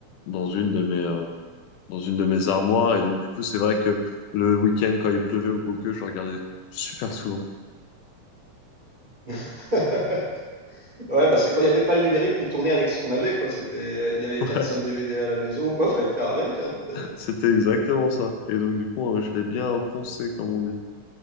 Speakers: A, on the left (about 80°); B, on the right (about 65°).
A: dans une de mes euh, dans une de mes armoires. Et donc du coup, c'est vrai que le week-end quand il pleuvait ou quoi que, je regardais super souvent.
B: <laughs> Ouais, bah c'est quand il y avait pas le numérique, on tournait avec ce qu'on avait, quoi. C'était, il y avait
A: <laughs>
B: 4-5 DVD à la maison, quoi. Fallait faire avec, hein. c'est-
A: C'était exactement ça. Et donc, du coup, euh, je l'ai bien poncé, comme on dit.